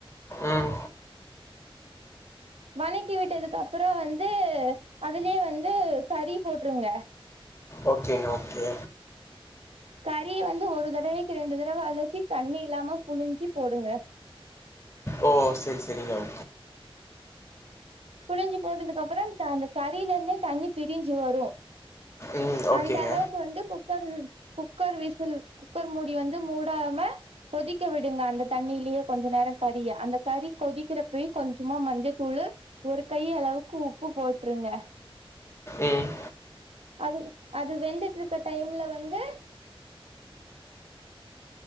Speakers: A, on the left; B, on the right.
A: ம்
B: வணக்கி விட்டதுக்கு அப்புறோ வந்து அதுலயே வந்து கறி போட்டுருங்க
A: ஓகேங்க ஓகே
B: கறி வந்து ஒரு தடவைக்கு ரெண்டு தடவ அழசி தண்ணி இல்லாம புழுஞ்சு போடுங்க
A: ஓ சேரி சேரிங்க ஓ
B: புழுஞ்சு போட்டதுக்கு அப்புறம் அந்த கறில இருந்தே தண்ணி பிரிஞ்சு வரு
A: ம் ஓகேங்க
B: அந்த அளவுக்கு வந்து குக்கர் குக்கர் விசில் குக்கர் மூடி வந்து மூடாம கொதிக்க விடுங்க அந்த தண்ணிலியே கொஞ்ச நேரோங் கறிய அந்த கறி கொதிக்கிறப்பய் கொஞ்சமா மஞ்சத்தூளு ஒரு கை அளவுக்கு உப்பு போட்டுருங்க
A: ம்
B: அது அது வெந்துட்டுருக்க டைம்ல வந்து